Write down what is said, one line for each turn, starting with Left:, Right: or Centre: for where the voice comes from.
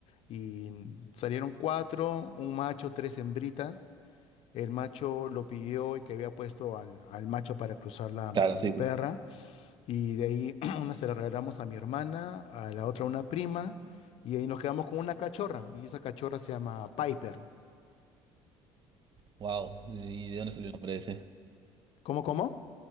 Left: y salieron cuatro, un macho, tres hembritas El macho lo pidió y que había puesto al, al macho para cruzarla a,
Right: Claro,
Left: a mi
Right: sí.
Left: perra. Y de ahí <clears throat> una se la regalamos a mi hermana, a la otra a una prima. Y ahí nos quedamos con una cachorra. Y esa cachorra se llama Piper.
Right: Wow. ¿Y de dónde salió el nombre ese?
Left: ¿Cómo, cómo?